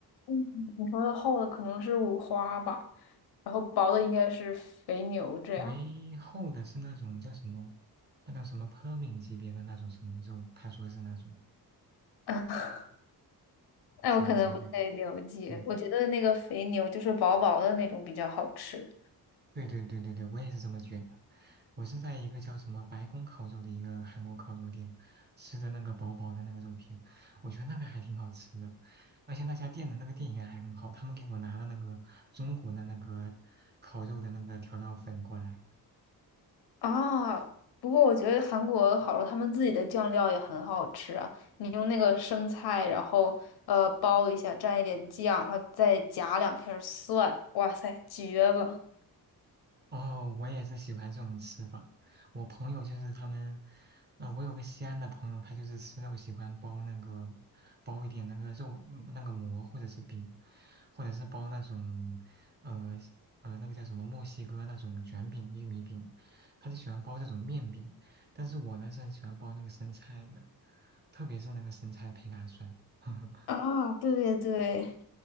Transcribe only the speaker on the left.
嗯，你说的厚的可能是五花吧，然后薄的应该是肥牛这样。
<laughs> 那我可能不太了解，
我觉得那个肥牛就是薄薄的那种比较好吃
啊。不过我觉得韩国好多他们自己的酱料也很好吃啊，你用那个生菜，然后呃包一下，蘸一点酱，然后再夹两片儿蒜，哇塞，绝了！
啊，对对对，